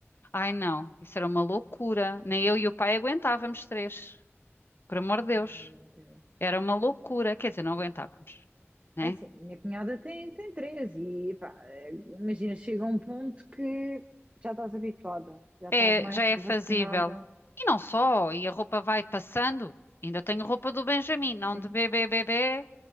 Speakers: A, on the left; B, on the right.
A: Ai, não, isso era uma loucura. Nem eu e o pai aguentávamos três, por amor de
B: Ai,
A: Deus.
B: meu Deus.
A: Era uma loucura, quer dizer, não aguentávamos, né?
B: É assim, minha cunhada tem, tem três e pá, eh, imagina, chega um ponto que já estás habituada, já
A: É,
B: estás mais
A: já é
B: que
A: fazível.
B: vacinada.
A: E não só, e a roupa vai passando. Ainda tenho roupa do Benjamin, não
B: Sim,
A: de bebê bebê,